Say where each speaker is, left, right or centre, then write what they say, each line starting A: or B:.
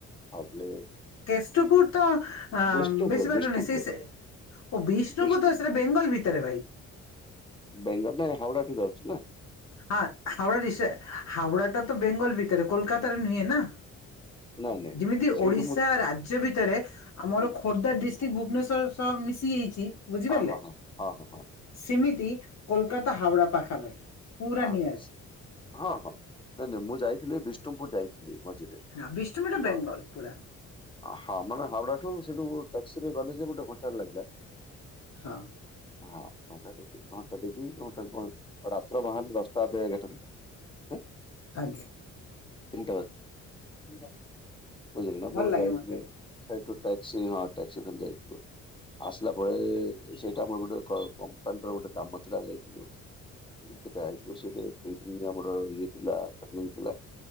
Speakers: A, on the left; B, on the left.
A: <unintelligible>
B: କେଷ୍ଟୁପୁର ତ ଅ
A: ବିଷ୍ଣୁପୁର
B: ବେଶୀ ବାଟନାଇ
A: ବିଷ୍ଣୁପୁର
B: ସେଇ ସେ ଓ ବିଷ୍ଣୁପୁର୍
A: ବିଷ୍ଣୁ
B: ତ ସେଟା ବେଙ୍ଗଲ ଭିତରେ ଭାଇ।
A: ବେଙ୍ଗଲ ନା ହାଉଡା ଠି ଯାଉଛି ନା।
B: ହାଁ ହାୱଡା ଦିଷ୍ଟ୍ ଟା ହାଉଡ଼ା ଟା ତ ବେଙ୍ଗଲ ଭିତରେ କୋଲକାତାରେ ନୁହେଁ ନା?
A: ନାଇଁ ନାଇଁ
B: ଯେମିତି
A: ସେଇଠୁ
B: ଓଡିଶା
A: ମୁଁ
B: ରାଜ୍ୟ ଭିତରେ ଆମର
A: ହୁଁ,
B: ଖୋର୍ଦ୍ଧା ଦିସ୍ ତି ଭୁବନେଶ୍ଵର ସହ ମିଶିଯାଇଛି ବୁଝିପାରିଲେ
A: ହଁ ହଁ ହଁ ହଁ ହଁ ହଁ
B: ସିମିତି କୋଲକାତା ହାୱଡା ପାଖାପାଖି। ପୁରା
A: ଆଚ୍ଛା
B: ନିୟର
A: ହଁ ହଁ ନାଇଁ ନାଇଁ ମୁଁ ଯାଇଥିଲି ବିଷ୍ଣୁପୁର ଯାଇଥିଲି ମଝିରେ।
B: ହଁ ବିଷ୍ଣୁପୁର୍ ଟା
A: ମ-
B: ବେଙ୍ଗଲ ପୁରା।
A: ହଁ ମାନେ ହାଓଡ଼ା ଠୁ ସେଠୁ ଟାକ୍ସିରେ ଗଲି ଯେ ଗୋଟେ ଘଣ୍ଟା ଟେ ଲାଗିଲା।
B: ହଁ।
A: ହଁ ଘଣ୍ଟା <unintelligible> ମୁଁ ତ ବାହାରିଲି ଦଶ ଟା <unintelligible> ଏଗାର ଟାରେ ଉଁ
B: ଆଜ୍ଞା।
A: ତିନିଟା ବା ବୁଝିଲେ ନା ଆପଣ
B: ଭଲ ଲାଗେ
A: <unintelligible>
B: ମତେ
A: ସେଇଠୁ ଟ୍ୟାକ୍ସି ହଁ ଟ୍ୟାକ୍ସି ଧରି ଯାଇଥିଲୁ। ଆସିଲା ପରେ ସେଇଟି ଆମର ଗୋଟେ କ କମ୍ପାନୀର ଗୋଟେ କାମ ଥିଲା ଯାଇଥିଲୁ। <unintelligible> ଯାଇଥିଲୁ ସେଟି <unintelligible> ଆମର ଇଏ ଥିଲା <unintelligible> ଇଏ ଥିଲା।